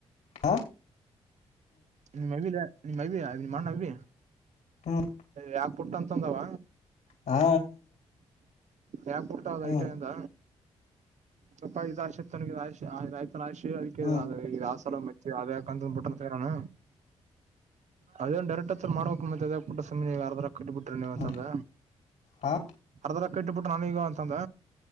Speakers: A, on the left (about 65°); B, on the right (about 55°).
A: ಹಾ
B: ನಿಮ್ ಮವಿ ನಿಮ್ ಮೈವಿ ಅವ ಮಾಡ ನಿ
A: ಹ್ಮ್
B: ಯಾಕ ಪುಟ್ಟ ಅಂತಂದಾವ
A: ಹಾ
B: ಯಾಕ ಹುಟ್ಟದ
A: ಹ್ಮ್
B: ಐಟ
A: ಹ್ಮ್
B: ಎಂದ ಸ್ವಪ ಇದಾಶ ತ ರಾಿ ರತನ ರಾಶಿ
A: ಹ್ಮ್
B: ಅದ್ರ ಈದು ಆ ಸಲ ಮೆಚ್ಚಿ ಅದಂದ ಬಿುಟ್ಟಂತ ಹಣ ಅದೇನ್ ಡೈರೆಕ್ಟ್ ಹತ್ತತ್ರರ ಮಾಡಕಕ್ ಮತ್ತೆ ಅದ ಪುಟ್ಟ ಸಮಿ ಯಾರರ ಕಟ್ಟಬಿಟ್ರಿ ನೀವ
A: ಹ್ಮ್
B: ಅಂತಂದ
A: ಹಾ
B: ಅರ್ಧಲ್ಲಕ್ಕ ಇಟ್ಟಬಿಟ್ರೆ ನಾನೀಗ ಅಂತಂದ